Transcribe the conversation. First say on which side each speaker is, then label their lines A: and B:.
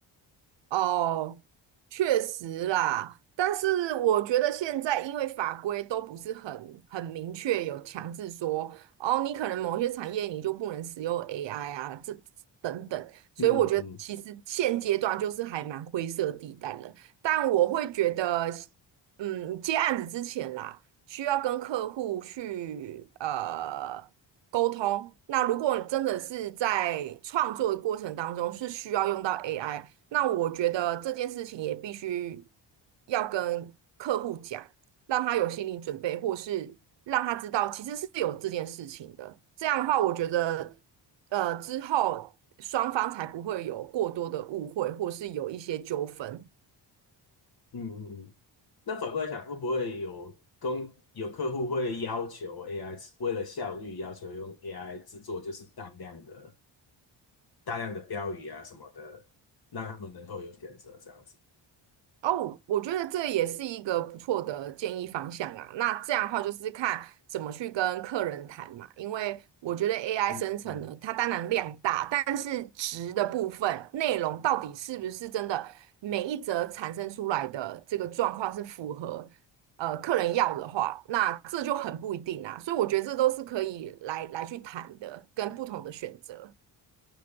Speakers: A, on the right (about 70°); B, on the left (about 55°).
A: 哦，确实啦，但是我觉得现在因为法规都不是很很明确，有强制说哦，你可能某些产业你就不能使用 AI 啊，这等等，所以我觉得其实现阶段就是还蛮灰色地带了。
B: 嗯嗯嗯
A: 但我会觉得，嗯，接案子之前啦，需要跟客户去呃。沟通。那如果真的是在创作的过程当中是需要用到 AI，那我觉得这件事情也必须要跟客户讲，让他有心理准备，或是让他知道其实是有这件事情的。这样的话，我觉得呃之后双方才不会有过多的误会，或是有一些纠纷。
B: 嗯嗯嗯。那反过来想，会不会有公有客户会要求 AI 为了效率要求用 AI 制作就是大量的大量的标语啊什么的，让他们能够有选择这样子？
A: 哦，我觉得这也是一个不错的建议方向啊。那这样的话，就是看怎么去跟客人谈嘛。因为我觉得 AI
B: 嗯嗯嗯。
A: 生成呢，它当然量大，但是值的部分内容到底是不是真的每一则产生出来的这个状况是符合呃客人要的话，那这就很不一定啊。所以我觉得这都是可以来来去谈的，跟不同的选择。